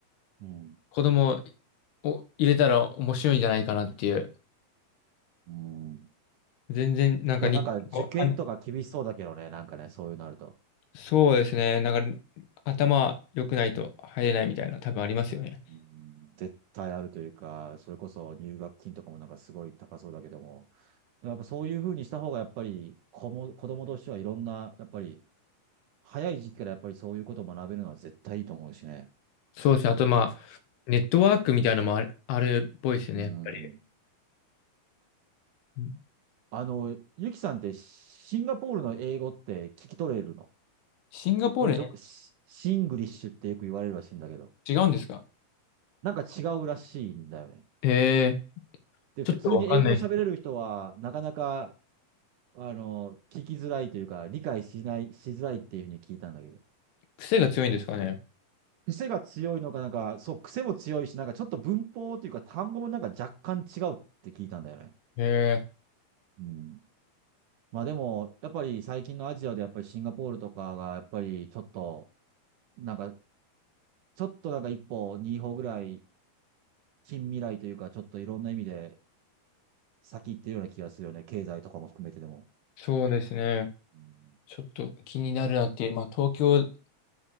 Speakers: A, on the right (about 65°); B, on the left (about 80°).
A: うん。
B: 子供を入れたら面白いんじゃないかなっていう。
A: うん。
B: 全然なんか日本の
A: でもなんか受験とか厳しそうだけどね、なんかね、そういうのあると。
B: そうですね。なんか、頭良くないと入れないみたいな、多分ありますよね。
A: うん絶対あるというか、それこそ入学金とかもなんかすごい高そうだけども、でもやっぱそういうふうにした方がやっぱり子も、子供としてはいろんな、やっぱり早い時期からやっぱりそういうことを学べるのは絶対いいと思うしね。
B: そうですね。あと、まあ、ネットワークみたいなのもある、あるっぽいですよね、
A: うん
B: やっぱり。うん
A: あの、ゆきさんってシンガポールの英語って聞き取れるの
B: シンガポールね、
A: よくよくシシングリッシュってよく言われるらしいんだけど、
B: 違うんですか
A: なんか違うらしいんだよね。
B: へえ、
A: で、普通に英語を喋れる人は、
B: ちょっとわかんないです。
A: なかなかあの、聞きづらいというか、理解しない、しづらいっていうふうに聞いたんだけど。
B: 癖が強いんですかね。
A: 癖が強いのか、なんか、そう、癖も強いし、なんかちょっと文法というか単語もなんか若干違うって聞いたんだよね。
B: へえ、
A: うん。まあでも、やっぱり最近のアジアでやっぱりシンガポールとかが、やっぱりちょっと、なんか、ちょっとなんか一歩、二歩ぐらい、近未来というか、ちょっといろんな意味で先行ってるような気がするよね。経済とかも含めてでも。
B: そうですね。
A: うん
B: ちょっと気になるなっていう、まあ、東京